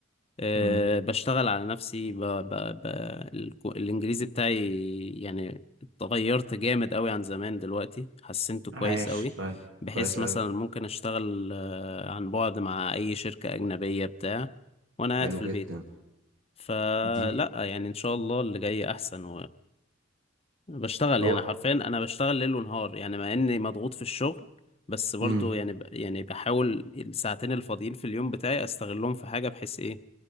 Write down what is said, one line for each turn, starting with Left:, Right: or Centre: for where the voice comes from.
Left: أه
Right: امم
Left: بشتغل على نفسي ب... ب... ب... الكو- الإنجليزي بتاعي يعني اتغيرت جامد قوي عن زمان دلوقتي حسنته كويس
Right: عايش
Left: قوي
Right: طيب
Left: بحيث
Right: كويس
Left: مثلا
Right: قوي
Left: ممكن أشتغل آه، عن بعد مع أي شركة أجنبية بتاع وأنا قاعد
Right: حلو
Left: في البيت
Right: جدا
Left: فلا
Right: دي
Left: يعني إن شاء الله اللي جاي أحسن وبشتغل
Right: هو
Left: يعني حرفيا
Right: ده
Left: أنا بشتغل ليل ونهار يعني مع إني مضغوط في الشغل بس برضو
Right: امم
Left: يعني ب... يعني بحاول الساعتين الفاضيين في اليوم بتاعي أستغلهم في حاجة بحيث إيه